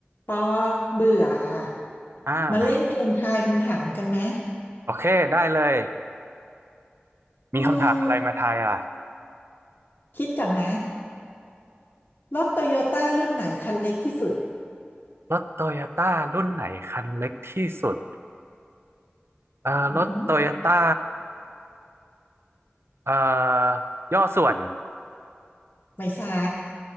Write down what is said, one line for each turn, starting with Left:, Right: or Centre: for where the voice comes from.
Left: ปอเบื่ออ
Right: อ่า
Left: มาเล่นเกมทายคำถามกันไหม
Right: โอเคได้เลยมีคำถามอะไรมาทายล่ะ
Left: อืมคิดก่อนนะรถโตโยต้ารุ่นไหนคันเล็กที่สุด
Right: รถโตโยต้ารุ่นไหนคันเล็กที่สุดเอ่อรถโตโยต้า
Left: อือหือ
Right: เอ่อย่อส่วน
Left: ไม่ใช่